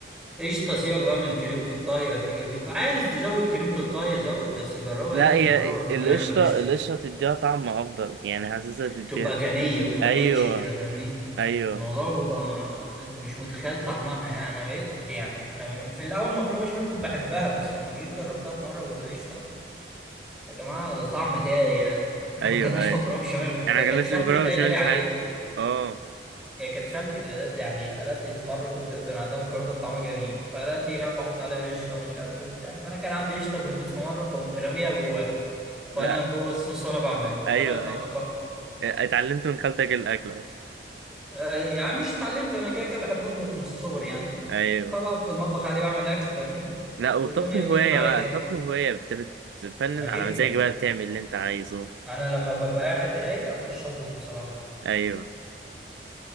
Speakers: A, in the centre; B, on the right.
A: قشطة سيبك بقى من كريمة الطهي والحاجات دي كو- عايز تزود كريمة الطهي زود بس جربها
B: لا
A: لازم
B: هي
A: تجربها في
B: القشطه
A: يوم من الأيام بالقشطة
B: القشطه تديها طعم افضل يعني حاسسها تديها
A: بتبقى غنية بتبقى
B: ايوه
A: ريتش كده فاهمني
B: ايوه
A: الموضوع بيبقى انت مش متخيل طعمها يعني انا بقيت يعني انا ب- في الاول مكرونه بشاميل كنت بحبها بس لما جيت جربتها في مره بالقشطه يا جماعه ده طعم تاني يعني <laughs> احنا
B: ايوه
A: ما كناش
B: ايوه
A: مكرونه بشاميل قبل كده
B: انا
A: كانت
B: ما جربتش
A: خالتي
B: المكرونه
A: اللي
B: بالبشاميل
A: قايله لي عليه
B: في حياتي اه
A: هي كانت خالتي اللي قالت لي عليها قالت لي في مره كنت دوت من عندها مكرونه كانت طعمها جميل فقالت لي جاب احط عليها قشطه ومش عارف ايه وبتاع فانا كان عندي قشطه في البيت في مره فقمت راميها جواها
B: لا
A: وانا جوه الصوص وانا بعمل
B: ايوه
A: طلع طعمها
B: ايوه
A: تحفه
B: اتعلمت من خالتك الاكل اهو
A: آه، يعني مش اتعلمت انا كده كده بحب اطبخ من صغري يعني
B: ايوه
A: فبقى في المطبخ عادي بعمل اكل فاهمني
B: لا والطبخ
A: والدنيا
B: هواية
A: بتيجي معايا
B: بقى
A: كده
B: الطبخ هواية انت بتفنن
A: انا جدا
B: على مزاجك بقى بتعمل اللي انت عايزه
A: انا لما ببقى قاعد رايق اخش اطبخ بصراحه
B: ايوه